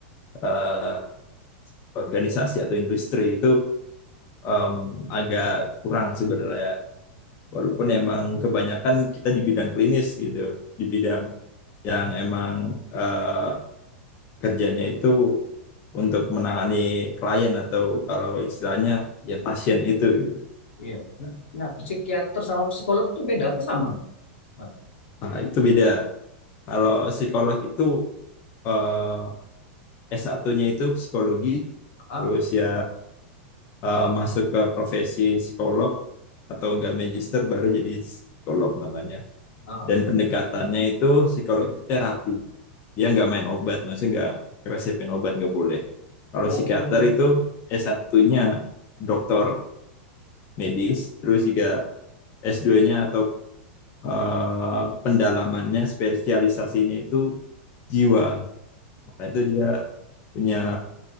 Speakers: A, on the left (about 35°); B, on the left (about 70°).
A: eh, organisasi atau industri itu em, agak kurang sebenarnya. Walaupun emang kebanyakan kita di bidang klinis gitu, di bidang yang emang eh, kerjanya itu untuk menangani klien atau kalau istilahnya ya pasien itu gitu.
B: iya nah, nah, psikiater sama psikolog itu beda apa sama Mat?
A: Nah, itu beda. Kalau psikolog itu eh, S1-nya itu psikologi,
B: Ah,
A: terus ya eh, masuk ke profesi psikolog atau enggak magister baru jadi psikolog namanya.
B: ah.
A: dan pendekatannya itu psikologi terapi dia nggak main obat maksudnya nggak resepin obat nggak boleh kalau
B: oh
A: psikiater itu S1-nya dokter medis terus juga S2-nya atau eh, pendalamannya spesialisasinya itu jiwa Nah, itu dia punya